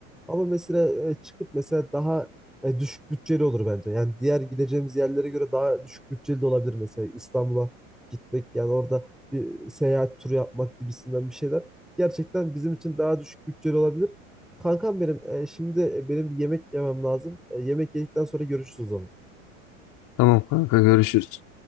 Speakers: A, in the centre; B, on the left.
A: Ama mesela e, çıkıp mesela daha e, düşük bütçeli olur bence. Yani diğer gideceğimiz yerlere göre daha düşük bütçeli de olabilir mesela İstanbul'a gitmek yani orada bir seyahat turu yapmak gibisinden bir şeyler gerçekten bizim için daha düşük bütçeli olabilir. Kankam benim, e, şimdi e, benim bir yemek yemem lazım. E, yemek yedikten sonra görüşürüz o zaman.
B: Tamam kanka görüşürüz.